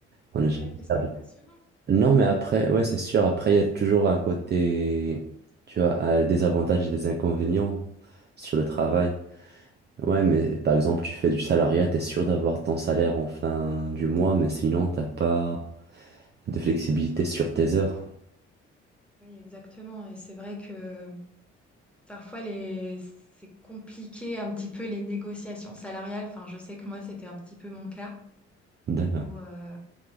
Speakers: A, on the right; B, in the centre.
A: On
B: Ouais,
A: est jamais
B: bah, c'était
A: stable.
B: passionnant.
A: Non, mais après, ouais, c'est sûr. Après, il y a toujours un côté, tu vois, euh, des avantages et des inconvénients sur le travail. Ouais, mais par exemple, tu fais du salariat, t'es sûr d'avoir ton salaire en fin du mois, mais sinon, t'as pas De flexibilité sur tes heures.
B: Oui, exactement. Et c'est vrai que parfois, les... c'est compliqué un petit peu les négociations salariales. Enfin, je sais que moi, c'était un petit peu mon cas.
A: D'accord.
B: Où, euh,